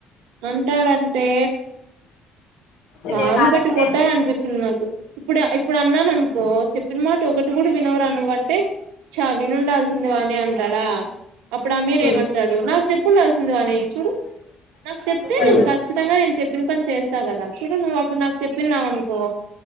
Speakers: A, on the right; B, on the left.
A: అంటాడంటే
B: ఇద
A: లాగి
B: నాటకలేదు
A: పట్టి కొట్టాలనిపించింది నాకు ఇప్పుడు ఇప్పుడు అన్నాను అనుకో చెప్పిన మాట ఒకటి కూడా వినవు రా నువ్వ అంటే చ వినుండాల్సింది వాని అంటా అ అప్పుడు అమీర్
B: ఉమ్
A: ఏమంటాడు నాకు చెప్పి ఉండాల్సింది వాణి చూడు నాకు చెప్తే
B: ఉమ్
A: నేను ఖచ్చితంగా నేను చెప్పిన పని చేస్ ఇస్త కదా చూడు నువ్వు అప్పుడు నాకు చెప్పినావు అను కో